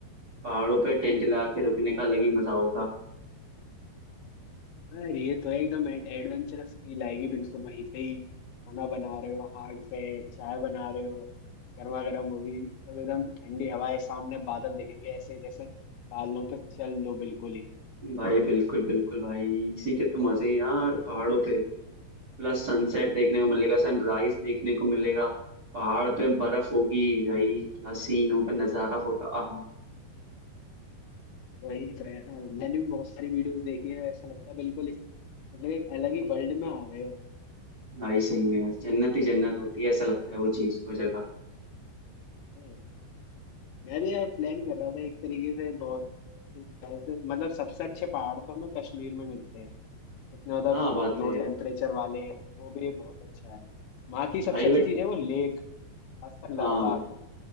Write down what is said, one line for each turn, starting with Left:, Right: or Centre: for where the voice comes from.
Right: पहाड़ों पे टेंट लगा के रुकने का अलग ही मजा होगा
Left: अरे ये तो एकदम एडवेंचरस फील आएगी बिल्कुल वहीं पे ही खाना बना रहे हो आग पे चाय बना रहे हो गर्मा गर्म वो भी मतलब एकदम ठंडी हवाएं सामने बादल दिखेंगे ऐसे जैसे बादलों पे चल लो बिल्कुल ही
Right: भाई बिल्कुल बिल्कुल भाई इसी के तो मजे हैं यार पहाड़ों पे प्लस सनसेट देखने को मिलेगा सनराइज देखने को मिलेगा पहाड़ पे बर्फ होगी भाई क्या सीन होगा नजारा होगा आहा
Left: वही तो है मैंने भी बहुत सारी वीडियोस देखी है ऐसा लगता है बिल्कुल एक- मतलब एक अलग ही वर्ल्ड में आ गए हो
Right: भाई सही में यार जन्नत ही जन्नत होती है ऐसा लगता है वो चीज वो जगह
Left: हाँ यार, मैं भी यार प्लान कर रहा था एक तरीके से बहुत अच्छी तरह से मतलब सबसे अच्छे पहाड़ तो हमें कश्मीर में मिलते हैं जितने मतलब
Right: हाँ बात
Left: लो
Right: है
Left: टेम्परेचर वाले वो भी बहुत अच्छा है वहाँ की सबसे
Right: भाई
Left: अच्छी
Right: बट
Left: चीज़ है वो लेक खासकर
Right: हाँ
Left: लद्दाख
Right: भाई